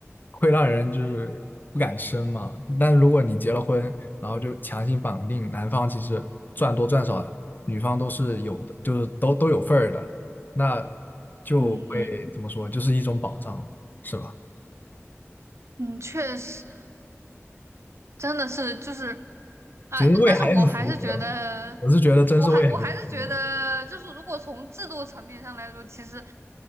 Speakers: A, on the left; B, on the right.
A: 会让人就是不敢生嘛。但是如果你结了婚，然后就强行绑定男方，其实赚多赚少，女方都是有的，就是都都有份儿的，那就会怎么说，
B: 嗯嗯
A: 就是一种保障，是吧？
B: 嗯，确实。真的是就是啊，
A: 其实为孩子服务的，
B: 但是我还是觉得，
A: 我是觉得真是为孩子服务。
B: 我还我还是觉得，就是如果从制度层面上来说，其实，